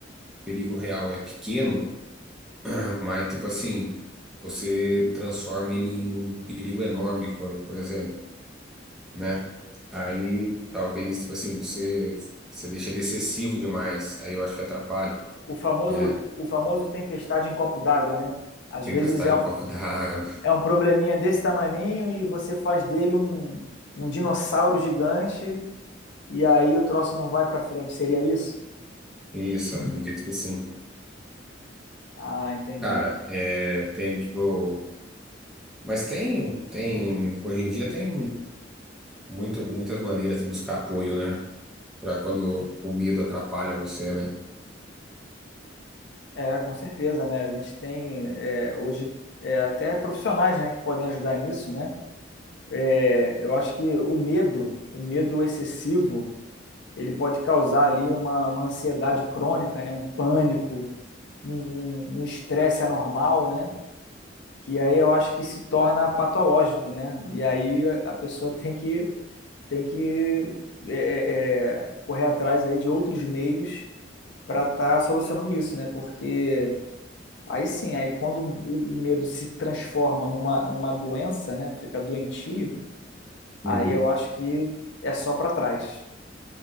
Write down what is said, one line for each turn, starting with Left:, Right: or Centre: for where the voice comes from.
Centre: perigo real é pequeno, <clears throat> mas tipo assim, você transforma ele em um perigo enorme, por, por exemplo, né? Aí talvez, tipo assim, você, você deixa ele excessivo demais, aí eu acho que atrapalha,
Left: O famoso,
Centre: né?
Left: o famoso tempestade em copo d'água, né? Às
Centre: Tempestade
Left: vezes é um,
Centre: em copo d'água.
Left: é um probleminha desse tamaninho e você faz dele um, um dinossauro gigante e aí o troço não vai para frente. Seria isso?
Centre: Isso, acredito que sim.
Left: Ah, entendi.
Centre: Cara, é, tem tipo. Mas tem, tem. Hoje em dia tem muito, muitas maneiras de buscar apoio, né? Pra quando o medo atrapalha você, né?
Left: É, com certeza, né? A gente tem é, hoje é, até profissionais, né, que podem ajudar nisso, né? É, eu acho que o medo, o medo excessivo, ele pode causar ali uma, uma ansiedade crônica, né? Um pânico, um um- um estresse anormal, né? Que aí eu acho que se torna patológico, né? E aí a a pessoa <laughs> tem que tem que é, é, é, correr atrás aí de outros meios para estar solucionando isso, né? Porque Aí sim, aí quando o o medo se transforma numa, numa doença, né? Fica doentio, aí
Centre: Uhum.
Left: eu acho que é só para trás.